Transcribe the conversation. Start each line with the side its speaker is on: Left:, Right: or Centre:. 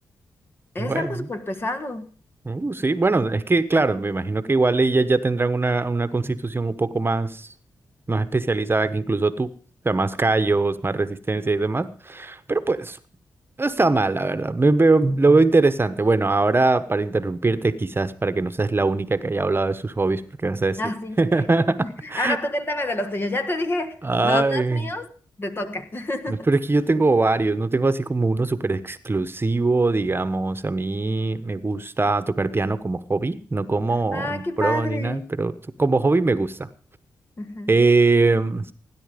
Left: Es
Right: Bueno,
Left: algo súper pesado.
Right: uh, sí, bueno, es que claro, me imagino que igual ellas ya tendrán una, una constitución un poco más, más especializada que incluso tú, o sea, más callos, más resistencia y demás, pero pues no está mal, la verdad, me veo- lo veo interesante. Bueno, ahora para interrumpirte quizás, para que no seas la única que haya hablado de sus hobbies, porque vas a decir.
Left: Ah, sí. <laughs>
Right: <laughs>
Left: Ahora tú cuéntame de los tuyos. Ya te dije
Right: Ay.
Left: los dos míos, te toca. <laughs>
Right: No, Pero es que yo tengo varios, no tengo así como uno súper exclusivo, digamos. A mí me gusta tocar piano como hobby, no como
Left: Ah,
Right: un
Left: qué padre.
Right: pro ni nada, pero como hobby me gusta.
Left: Ajá.
Right: Em,